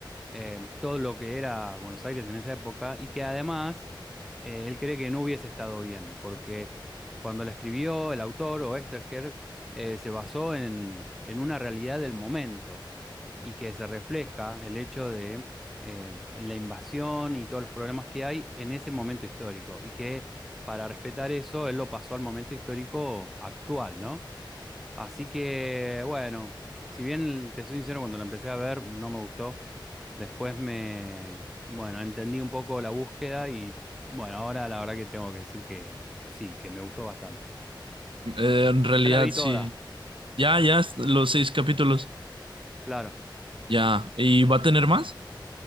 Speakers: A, in the centre; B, on the right.
A: eh, todo lo que era Buenos Aires en esa época y que además eh, él cree que no hubiese estado bien, porque cuando la escribió el autor o Esterger eh, se basó en, en una realidad del momento y que se refleja el hecho de eh, la invasión y todos los problemas que hay en ese momento histórico y que para respetar eso él lo pasó al momento histórico actual, ¿no? Así que, bueno, si bien te soy sincero, cuando la empecé a ver no me gustó, Después me, bueno, entendí un poco la búsqueda y bueno, ahora la verdad que tengo que decir que sí, que me gustó bastante.
B: Eh, en realidad
A: Ya la vi
B: sí.
A: toda,
B: Ya, ya, los seis capítulos.
A: claro.
B: Ya. ¿Y va a tener más?